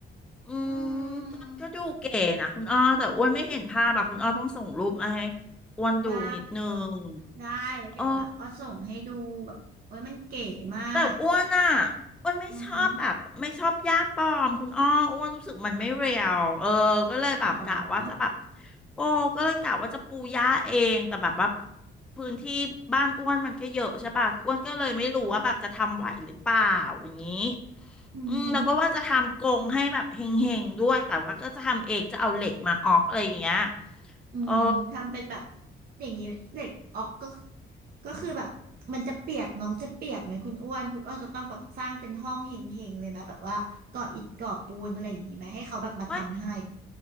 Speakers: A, in the centre; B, on the right.
A: อืม
B: อืม
A: ก็ก็ดูเก๋นะคุณอ้อแต่อ้วนไม่เห็นภาพอะคุณอ้อต้องส่งรูปมาให้อ้วนดูนิดนึง
B: ได้ ได้ไว้เดี๋ยวแบบอ้อส่งให้ดูแบบเว้ยมันเก๋มาก
A: เออแต่อ้วนอะอ้วนไม่ชอบแบบไม่ชอบหญ้าปลอมคุณอ้ออ้วนรู้สึกมันไม่เรียวเออก็เลยแบบกะว่าจะแบบ
B: อือหือหรอ
A: โอ้ก็เลยกะว่าจะปูหญ้าเองแต่แบบว่าพื้นที่บ้านอ้วนมันก็เยอะใช่ปะอ้วนก็เลยไม่รู้ว่าแบบจะทำไหวหรือเปล่าอย่างนี้
B: อือหือ
A: อืมแล้วก็ว่าจะทำกรงให้แบบเฮงๆด้วยแต่ว่าก็จะทำเองจะเอาเหล็กมาออกอะไรอย่างเงี้ย
B: อืมทำเป็นแบบ
A: เออ
B: อย่างนี้เหล็กออกก็ก็คือแบบมันจะเปียกน้องจะเปียกไหมคุณอ้วนคุณอ้วนจะต้องแบบสร้างเป็นห้องเฮงๆเลยไหมแบบว่าก่ออิฐก่อปูนอะไรอย่างนี้ไหมให้เขาแบบมาทำให้
A: ว่า